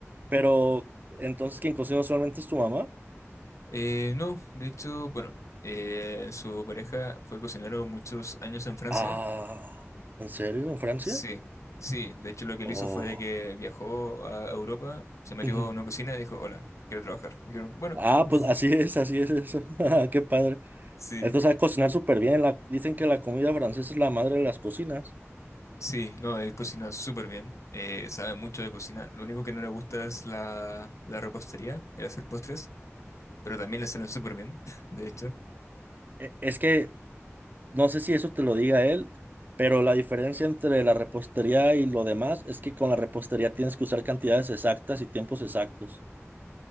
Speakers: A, on the right; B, on the left.
A: pero entonces quien cocina usualmente es tu mamá.
B: Eh, no, de hecho, bueno, eh, su pareja fue cocinero muchos años en Francia.
A: Ah, ¿en serio? ¿En Francia?
B: Sí, sí. De hecho, lo que él
A: Oh.
B: hizo fue de que viajó a Europa, se metió
A: ujú.
B: en una cocina y dijo, hola, quiero trabajar. Me dijeron, bueno.
A: Ah,
B: <laughs>
A: pues así es, así es eso. <laughs> Qué padre.
B: Sí.
A: Entonces, a cocinar súper bien. La, dicen que la comida francesa es la madre de las cocinas.
B: Sí, no, él cocina súper bien, eh, sabe mucho de cocina. Lo único que no le gusta es la, la repostería, el hacer postres, pero también le salen súper bien, <laughs> de hecho.
A: E- Es que no sé si eso te lo diga él, pero la diferencia entre la repostería y lo demás es que con la repostería tienes que usar cantidades exactas y tiempos exactos.